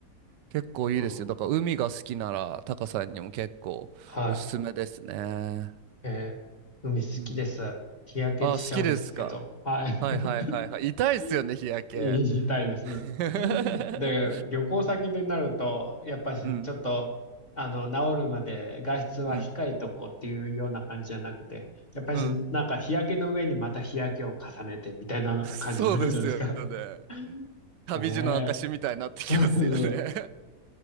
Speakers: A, on the right; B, on the left.
A: 結構いいですよ。
B: うん。
A: だから海が好きならタカさんにも結構おすすめですね。
B: はい。えー海好きです。
A: うん。
B: 日焼けしちゃうんですけど。
A: あ、好きですか。
B: はい。
A: はいはいはいはい。痛いっすよね、
B: <laughs>
A: 日焼け。
B: 言いたいです。
A: <laughs>
B: で、旅行先でなると、やっぱし、
A: うん、
B: ちょっと、あの、治るまで外出は控えとこうっていうような感じじゃなくて、
A: うん、
B: やっぱし、
A: うん。
B: なんか日焼けの上にまた日焼けを重ねてみたいな感じになるじゃないですか。
A: そうですよね。
B: <laughs>
A: 旅路の証みたいになってきますよね
B: ねえ。そうそう。